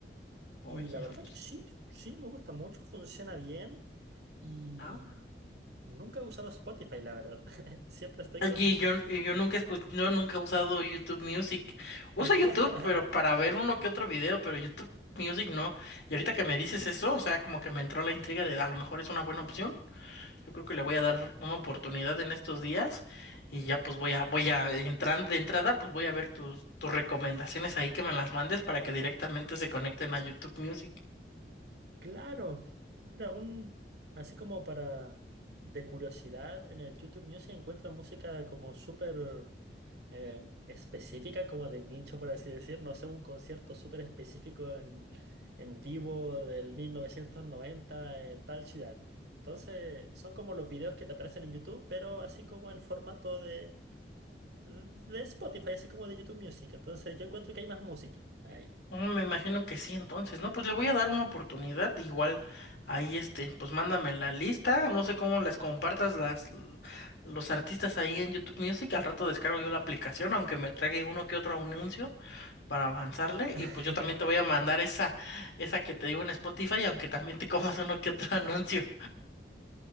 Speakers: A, on the left; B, on the right.
A: Oye,
B: Y la
A: está-
B: verdad que sí, sí, me gusta mucho, funciona bien y
A: ajá.
B: nunca he usado Spotify, la verdad. <laughs> Siempre estoy
A: Oye,
B: con...
A: yo, y yo nunca escu- yo nunca he usado YouTube Music. Uso
B: <laughs>
A: YouTube, pero para ver uno que otro video, pero YouTube Music no. Y ahorita que me dices eso, o sea, como que me entró la intriga de a lo mejor es una buena opción. Yo creo que le voy a dar una oportunidad en estos días y ya pues voy a voy a entrar de entrada, pues voy a ver tus tus recomendaciones ahí que me las mandes para que directamente se conecten a YouTube Music.
B: Claro, mira, un, así como para de curiosidad, en el YouTube Music encuentro música como súper eh, específica, como de nicho, por así decir. No sé, un concierto súper específico en, en vivo del 1990 en tal ciudad. Entonces, son como los videos que te aparecen en YouTube, pero así como en formato de, de Spotify, así como de YouTube Music. Entonces, yo encuentro que hay más música ahí.
A: Mm, Me imagino que sí, entonces, ¿no? Pues le voy a dar una oportunidad, igual ahí este, pues mándame la lista, no sé cómo las compartas las l- los artistas ahí en YouTube Music, al rato descargo yo la aplicación, aunque me trague uno que otro anuncio para avanzarle,
B: <laughs>
A: y pues yo también te voy a mandar esa, esa que te digo en Spotify, aunque también te comas uno que otro <laughs> anuncio.